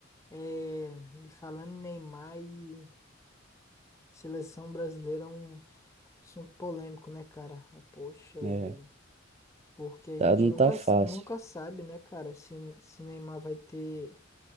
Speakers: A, on the left; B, on the right.
A: É, e falando em Neymar e seleção brasileira é um assunto polêmico, né, cara? Ah, Poxa
B: É,
A: vida. Porque a
B: tá,
A: gente
B: não
A: nunca,
B: tá fácil.
A: s- nunca sabe, né, cara, se, se Neymar vai ter,